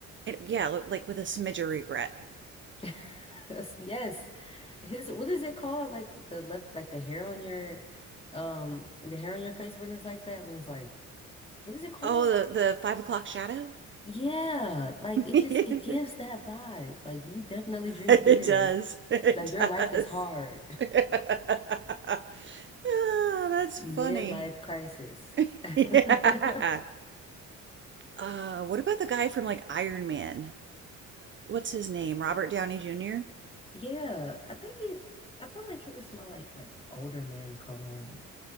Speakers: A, on the right; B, on the left.
A: It, yeah, like with a smidge of regret.
B: <laughs> Yes, yes. his what is it called? Like the left, like the hair on your, um, the hair on your face when it's like that. When it's like, what is it called?
A: Oh, the, the five o'clock shadow?
B: Yeah, like
A: <laughs>
B: it just it gives
A: it,
B: that vibe. Like you definitely drink
A: it
B: beer.
A: does. It
B: Like your
A: does.
B: life is hard.
A: <laughs> Ah, that's
B: <laughs>
A: funny.
B: Midlife crisis.
A: <laughs>
B: <laughs>
A: yeah. Uh, what about the guy from like Iron Man? What's his name? Robert Downey Jr.?
B: Yeah, I think he, I feel like he would smell like like older man cologne,